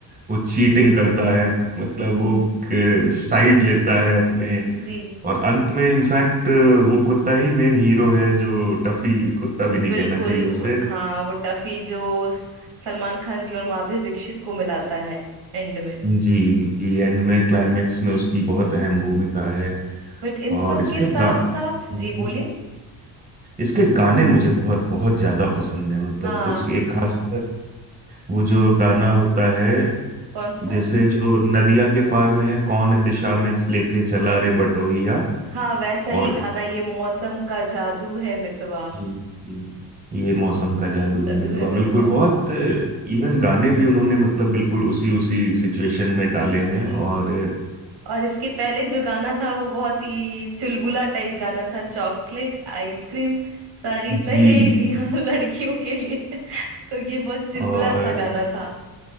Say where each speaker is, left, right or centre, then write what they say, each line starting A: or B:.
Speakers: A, on the right (about 20°); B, on the right (about 65°).
A: वो चीटिंग
B: जी
A: करता है मतलब वो साइड लेता है अपने
B: जी
A: और अंत में इनफैक्ट वो कुत्ता ही मेन हीरो है जो टफी कुत्ता भी नहीं
B: बिल्कुल
A: कहना चाहिए
B: वो-
A: उसे
B: हाँ वो टफी जो स- सलमान खान जी और माधुरी दीक्षित को मिलाता है एंड में
A: जी जी एंड में क्लाइमेक्स में उसकी बहुत अहम भूमिका है
B: बट इन
A: और
B: सब
A: इसके
B: के साथ
A: गा हम्म।
B: साथ जी बोलिए
A: इसके गाने मुझे बहुत बहुत ज्यादा पसंद है मतलब
B: हाँ
A: कुछ एक खास वो जो गाना होता है
B: कौन सा
A: जैसे जो नदिया के पार में है कौन दिशा में लेके चला रे बटोहिया
B: हाँ वैसा ही
A: और
B: गाना ये मौसम का जादू है मितवा
A: जी जी ये मौसम का जादू
B: जादू
A: है मितुआ
B: है
A: बिल्कुल
B: मितवा
A: बहुत इवन गाने भी उन्होंने मतलब बिल्कुल उसी उसी सिचुएशन में डाले
B: जी
A: हैं और
B: और इसके पहले जो गाना था वो बहुत ही चुलबुला टाइप गाना था चॉकलेट आइसक्रीम सारी सहेलियां
A: जी जी।
B: <laughs> लड़कियों के लिए तो ये बहुत चुलबुला
A: और
B: सा गाना था